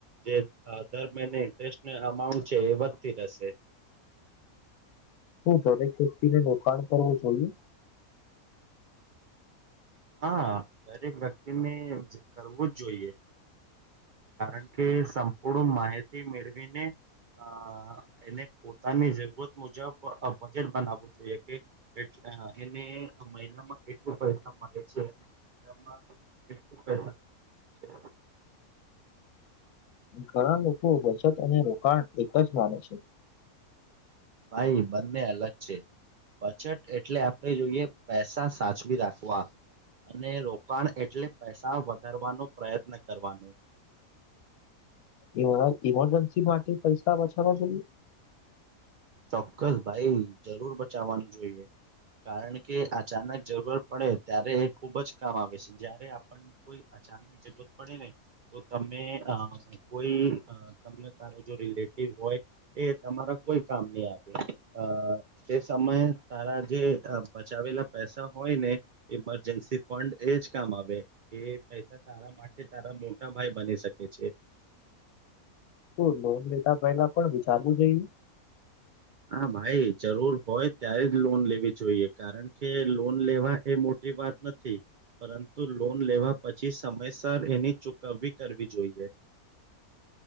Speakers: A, on the right (about 75°); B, on the left (about 80°).
A: જે દર મહિને ઇન્ટરેસ્ટને અમાઉન્ટ છે એ વધતી રહેશે.
B: હું દરેક વ્યક્તિને રોકાણ કરવું જોઈએ.
A: હાં દરેક વ્યક્તિને જ કરવું જોઈએ. કારણ કે સંપૂર્ણ માહિતી મેળવીને અ એને પોતાની જરૂરત મુજબ અ બજેટ બનાવવું જોઈએ કે. એને મહિનામાં કેટલું પૈસા મલે <inaudible>
B: ઘણા લોકો બચત અને રોકાણ એક જ માને છે.
A: ભાઈ બંને અલગ છે. બચટ એટલે આપણે જોઈએ પૈસા સાચવી રાખવા. અને રોકાણ એટલે પૈસા વધારવાનો પ્રયત્ન કરવાનો.
B: એવા ઇમરજન્સી માટે પૈસા બચાવવા જોઈએ.
A: ચોક્કસ ભાઈ જરૂર બચાવાનું જોઈએ. કારણ કે અચાનક જરૂરત પડે ત્યારે એ ખુબ જ કામ આવે છે જ્યારે આ કોઈ અચાનક જરૂરત પડે ને? તો તમે અ કોઈ અ તમને તારો જે રિલેટિવ હોય એ તમારા કોઈ કામ નહી આપે અ તે સમયે તારા જે અ બચાવેલા પૈસા હોય ને. મરજન્સી ફંડ એજ કામ આવે એ પૈસા <unintelligible> આ માટે તારા મોટા ભાઈ બની શકે છે.
B: તો લોન લેતા પેલા પણ વિચારવું જોઈ.
A: હા ભાઈ જરૂર હોય ત્યારે જ લોન લેવી જોઈએ કારણ કે લોન. લેવા એ મોટી વાત નથી. પરંતુ લોન લેવા પછી સમયસર એની ચુકવવી કરવી જોઈએ.